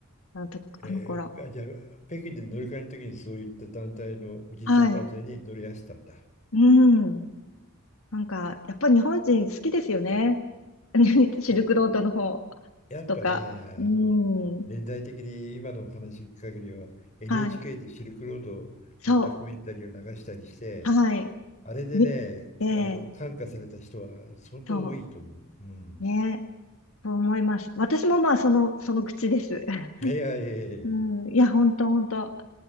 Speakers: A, on the left (about 75°); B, on the left (about 35°).
A: あのと、あの頃。
B: えーあじゃあ、北京で乗り換えるときにそういった団体のおじいちゃんおばあちゃんに乗り合わせたんだ。
A: はい。うん。なんか、やっぱり日本人好きですよね。<laughs> シルクロードの方
B: えやっぱね、
A: とか。うん。
B: あの、年代的に今のお話聞く限りは、NHK
A: はい。
B: でシルクロードのドキュメンタリーを流したりして、
A: そう。はい。
B: あれでね、
A: み、ええ、
B: あの、感化された人は相当多いと思う。
A: そ
B: うん。
A: う。ね。そう思います。私もまあ、その、その口です。<laughs>
B: いやいやいやいや、
A: うん、いや、ほんとほんと。